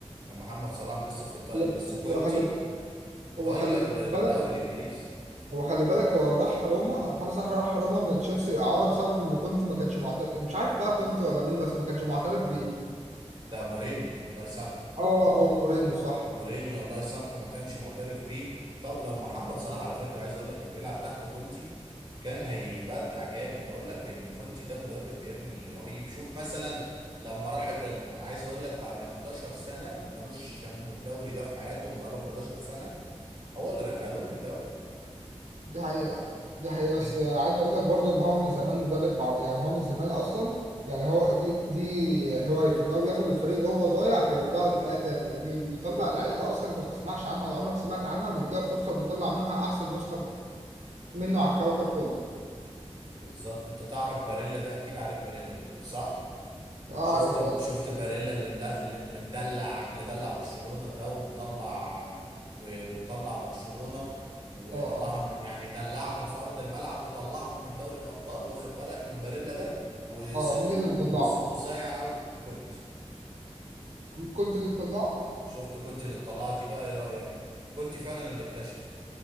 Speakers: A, on the right; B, on the right.
A: كان محمد صلاح لسه في ايطاليا
B: خلي-
A: بس كونتي
B: هو خلي
A: غير
B: هو خلي بالك
A: الدوري الانجليزي
B: هو خلي بالك هو راح روما محمد صلاح راح روما من تشيلسي اعاره بسبب ان كنت ما كانش معترف مش عارف بقى كنت ولا مين بس ما كانش معترف بيه
A: ده مورينيو الله يسامحه
B: اه اه مورينيو صح
A: مورينيو الله يسامحه ما كانش معترف بيه طب لو محمد صلاح على فكره عايز اقول لك كان بيلعب تحت كونتي كان هيبدع جامد اقول لك ان كونتي ده مدرب يا ابني رهيب شوف مثلا لما راح الانتر عايز اقول لك بعد 11 سنه ما كانوش شموا الدوري ده في حياتهم بقى لهم 11 سنه هو اللي رجع لهم الدوري
B: دي حقيقة دي حقيقة بس
A: انت
B: عايز أقول لك برضه إن هو من زمان مدرب مع يعني هو من زمان أصلا يعني هو دي دي هوايته إن هو بياخد الفريق وهو ضايع بيرجعه للحياة تاني وبيطلع لعيبة أصلا أنت ما تسمعش عنها ولا عمرك سمعت عنها بيديها فرصة وبيطلع منها أحسن نسخة منه على الكوكب كله
A: بالظبط انت تعرف باريلا ده اكيد عارف باريلا دلوقتي صح
B: أه
A: شفت
B: عارف باريلا
A: شفت باريلا اللي مد- اللي مدلع اللي دلع برشلونة ده ومطلع و- ومطلع برشلونة وطلعها
B: أه أه
A: من يعني دلعهم في أرض الملعب وطلعهم من دوري الأبطال واخد بالك من باريلا ده وصيته
B: أه مين اللي مطلعه؟
A: صيته زايع قوي كنت
B: كنت اللي مطلعه؟
A: شفت كنت اللي مطلعه دي بقى ايه رأيك كنت فعلا اللي اكتشف